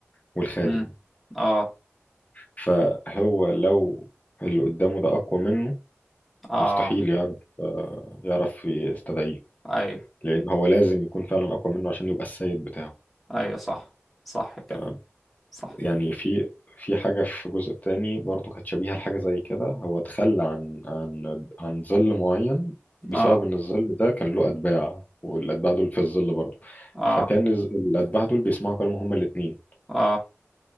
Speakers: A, on the left; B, in the centre.
A: والخادم
B: امم اه
A: فهو لو اللي قدامه ده أقوى منه
B: اه
A: مستحيل يعرف آه، يعرف يستدعيه
B: ايوه
A: لان هو لازم يكون فعلا اقوى منه عشان يبقى السيد بتاعه
B: ايوه صح صح كده
A: تمام
B: صح
A: يعني في في حاجه في الجزء الثاني برضو كانت شبيهه لحاجه زي كده هو تخلى عن عن عن ظل معين بسبب
B: اه
A: ان الظل ده كان له اتباع والاتباع دول في الظل برضو
B: اه
A: فكان الز- الاتباع دول بيسمعوا كلامه هما الاثنين
B: اه